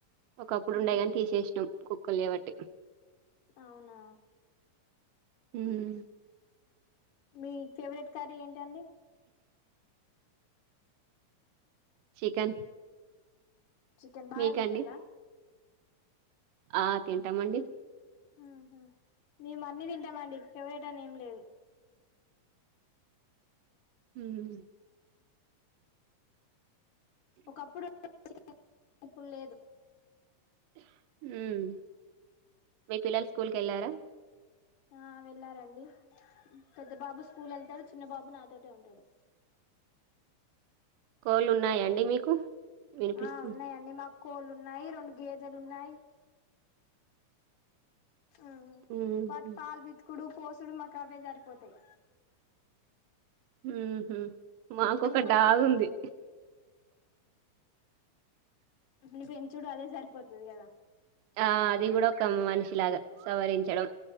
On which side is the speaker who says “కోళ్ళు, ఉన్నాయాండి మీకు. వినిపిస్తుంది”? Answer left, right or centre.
Right